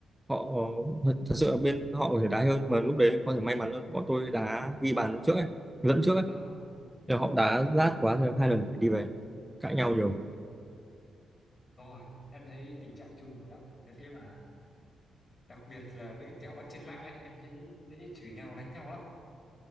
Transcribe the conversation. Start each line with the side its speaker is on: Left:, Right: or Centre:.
Centre: họ ờ, thật, thật sự là bên họ có thể đá hơn mà lúc đấy có thể may mắn hơn bọn tôi đá ghi bàn trước ấy dẫn trước ấy
Left: ờ
Centre: Nhưng họ đá rát quá thì hai lần phải đi về cãi nhau nhiều
Left: đúng rồi em thấy tình trạng chung của đá phủi nó thế mà đặc biệt là với cái kèo bắt trên mạng ấy em thấy dễ chửi nhau đánh nhau lắm